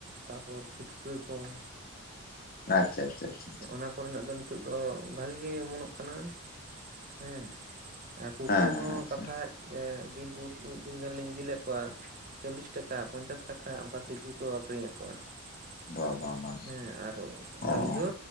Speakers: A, on the right; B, on the left.
A: ᱛᱟᱯᱚᱨ ᱯᱩᱴᱠᱟᱹ ᱠᱚ ᱾
B: ᱟᱪᱪᱷᱟ ᱟᱪᱪᱷᱟ ᱪᱷᱟ ᱾
A: ᱚᱱᱟ ᱠᱚᱨᱮ ᱱᱟᱜ ᱫᱚ ᱱᱤᱛᱚᱜ ᱫᱚ ᱵᱷᱟᱜᱤ ᱜᱮ ᱚᱢᱚ ᱱᱚᱜ ᱠᱟᱱᱟ ᱦᱮᱸ ᱾ ᱟᱨ ᱯᱩᱴᱠᱟ.
B: ᱦᱮᱸ
A: ᱦᱚᱸ
B: ᱟᱪᱪᱷᱟ
A: ᱵᱟᱠᱷᱟᱡ ᱮ ᱵᱤᱱᱯᱩᱨ ᱢᱤᱫ ᱫᱤᱱ ᱜᱟᱱ ᱞᱤᱧ ᱤᱫᱤ ᱞᱮᱫ ᱠᱚᱣᱟ ᱾ ᱪᱚᱞᱞᱤᱥ ᱴᱟᱠᱟ ᱯᱚᱧᱪᱟᱥ ᱴᱟᱠᱟ ᱚᱝᱠᱟ ᱠᱮᱡᱤ ᱠᱚ ᱟᱠᱷᱨᱤᱧᱮᱜ ᱠᱚᱣᱟ ᱾
B: ᱵᱟ ᱵᱟ ᱵᱟ
A: ᱦᱮᱸ ᱟᱨ
B: ᱚ
A: ᱟᱹᱞᱤᱧ ᱫᱚ